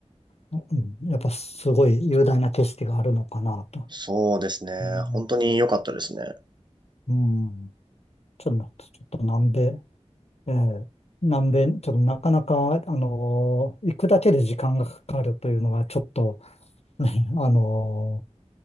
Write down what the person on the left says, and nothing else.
うん、やっぱすごい雄大な景色があるのかなと。
うん、
うんちょっと、ちょっと南米、ええ南米、ちょっとなかなか、あのー行くだけで時間がかかるというのが、ちょっと、<laughs> ねあのー